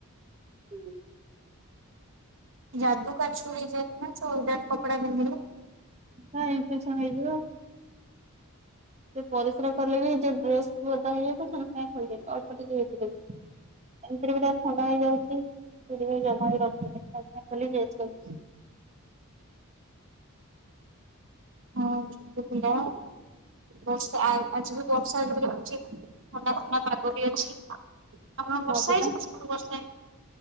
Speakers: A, on the right; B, on the right.
A: ହୁଁ।
B: ଯାଦୁ କାଛୁ ହେଇଯାଏ ନା ସେ ଓଦା କପଡ଼ା ପିନ୍ଧିଲେ?
A: ହଁ ଇନ୍ଫେକ୍ସନ୍ ହେଇଯିବ। ସେ ପରିସ୍ରା କଲେ ବି ନିଜ ଡ୍ରେସ ପୁରା ଓଦା ହେଇଯାଇଥିବ ସେ ପୁଣି କଣ କରିବେ? ଅ <unintelligible> ସେରା ଥଣ୍ଡା ହେଇଯାଉଛି ସେଥିପାଇଁ ଜମାରୁ ରଖୁନି <unintelligible>
B: <inaudible> ହଁ ଛୋଟ ପିଲା ବର୍ଷା ଆଜି ବି ବର୍ଷା ଜୋରେ ହଉଛି ଥଣ୍ଡା ଥଣ୍ଡା ପାଗ ବି ଅଛି ଆପଣ
A: ହଁ
B: ବର୍ଷା
A: ପରା
B: ହେଇଛି ସେପଟେ ବର୍ଷା ହେଇନି?